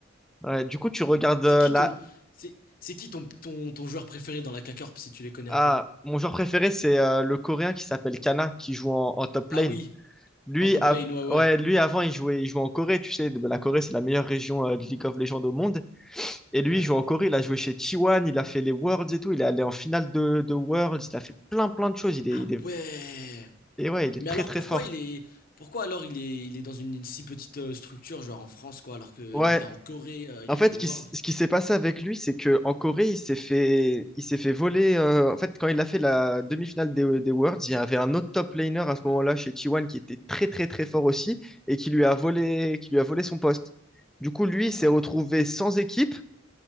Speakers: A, in the centre; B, on the left (about 50°).
A: Ouais, du coup, tu regardes
B: C'est
A: euh,
B: qui
A: la...
B: ton c'est c'est qui ton, ton ton joueur préféré dans la K-Corp si tu les connais
A: Ah,
B: un peu?
A: mon joueur préféré, c'est euh, le Coréen qui s'appelle Kana, qui joue en, en top
B: Ah
A: lane.
B: oui,
A: Lui,
B: en top
A: av-
B: lane ouais ouais.
A: ouais, lui avant, il jouait, il jouait en Corée, tu sais. La Corée, c'est la meilleure région euh, de League of Legends au monde. Et lui,
B: Ouais.
A: il joue en Corée, il a joué chez T1, il a fait les Worlds et tout. Il est allé en finale de, de Worlds, il a fait plein, plein de choses. Il est,
B: Ah
A: il est...
B: ouais.
A: Et ouais, il est
B: Mais
A: très,
B: alors
A: très
B: pourquoi
A: fort.
B: il est pourquoi alors il est il est dans une, une si petite euh, structure genre en France quoi alors qu'il
A: Ouais,
B: était en Corée, euh, il
A: En
B: a
A: fait,
B: fait les
A: ce
B: Worlds.
A: qui, s- ce qui s'est passé avec lui, c'est que en Corée, il s'est fait, il s'est fait voler. euh, en fait, quand il a fait la demi-finale des, des Worlds, il y avait un autre top laner à ce moment-là chez T1 qui était très très très fort aussi et qui lui a volé, qui lui a volé son poste. Du coup, lui, il s'est
B: Ah
A: retrouvé
B: bon.
A: sans équipe